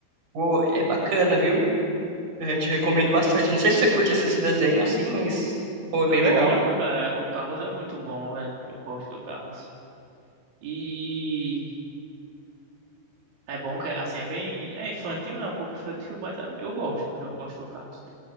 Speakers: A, on the right; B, on the right.
A: Pô, é bacana, viu? É, te recomendo bastante. Não sei se você curte esses desenhos, assim, mas, pô, é bem
B: Eu
A: legal.
B: gosto, cara. O Carros é muito bom, velho. Eu gosto do Carros. E é bom que assim é bem, é infantil, não, é um pouco infantil, mas é, eu gosto, cara. Eu gosto do Carros.